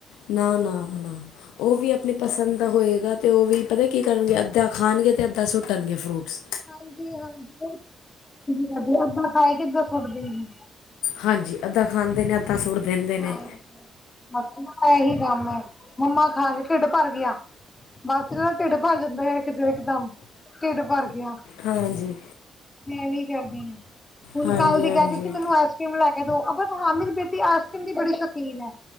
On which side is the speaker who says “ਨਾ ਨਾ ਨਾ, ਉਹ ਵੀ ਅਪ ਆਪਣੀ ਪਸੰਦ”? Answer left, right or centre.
Left